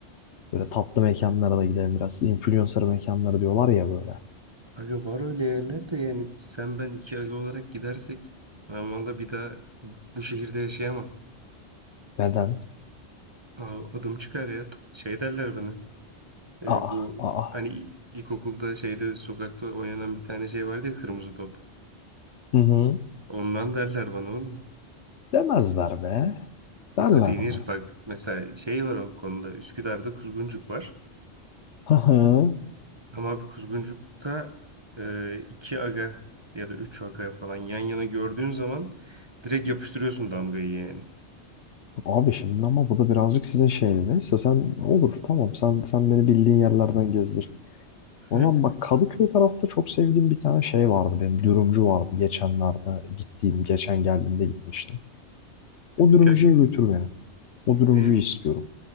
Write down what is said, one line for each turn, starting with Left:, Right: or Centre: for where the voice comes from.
Left: Böyle tatlı mekanlara
Right: Yani,
Left: da gidelim biraz. Influencer mekanları diyorlar ya böyle.
Right: Aga var öyle yerler de yani sen ben iki aga olarak gidersek ben valla bir daha bu şehirde yaşayamam.
Left: Neden?
Right: Abi Adım çıkar ya. Şey derler bana. E,
Left: Aa,
Right: bu
Left: aa.
Right: hani ilkokulda şeyde sokakta oynanan bir tane şey vardı ya kırmızı top.
Left: Hı hı.
Right: Ondan derler bana oğlum.
Left: Demezler be. Derler
Right: Akı denir
Left: mi?
Right: bak mesela şey var o konuda Üsküdar'da Kuzguncuk var.
Left: Hı hı.
Right: Ama abi kuzguncukta e, iki aga ya da üç aga falan yan yana gördüğün zaman direkt yapıştırıyorsun damgayı yani.
Left: Abi şimdi ama bu da birazcık sizin şeyiniz. Neyse sen olur tamam sen sen beni bildiğin yerlerden gezdir. O
Right: <laughs>
Left: zaman bak Kadıköy tarafta çok sevdiğim bir tane şey vardı benim dürümcü vardı geçenlerde gittiğim geçen geldiğimde gitmiştim. O dürümcüye
Right: Kay-
Left: götür beni. O dürümcüyü
Right: Ne,
Left: istiyorum.